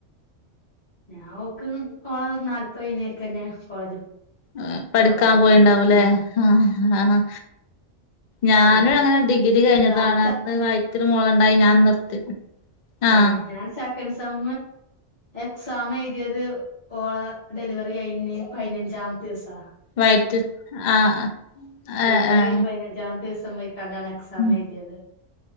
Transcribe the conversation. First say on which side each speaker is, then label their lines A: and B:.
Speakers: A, on the left; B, on the left.
A: ഞാൻ ഓക് ഓളെ നാല്പ്പത് കഴിഞ്ഞെക്കെന്നെ കോളേജ്
B: ഏഹ് പഠിക്കാൻ
A: പോവലൊടങ്ങീണ്
B: പോയിണ്ടാവുല്ലേ
A: ഞാൻ
B: ആഹ് ഞാനും
A: ആഹ്
B: അങ്ങനെ ഡിഗ്രി കഴിഞ്ഞതാണ്
A: എന്താണ്
B: ന്ന് വയറ്റില് മോളുണ്ടായി ഞാൻ നിർത്തി ആഹ്
A: ഏഹ് ഞാൻ സെക്കന്റ്‌ സെം എക്സാം എഴുതിയത് ഓള ഡെലിവറി കഴിഞ്ഞ് പതിനഞ്ചാമത്തെ ദിവസാ
B: വയറ്റ് ആഹ്
A: ഡെലിവറി
B: ആഹ് ആഹ്
A: കഴിഞ് പതിനഞ്ചാമത്തെ ദിവസം പൊയ്ക്ക് അതാണ് എക്സാം
B: ഉം
A: എഴുതിയത്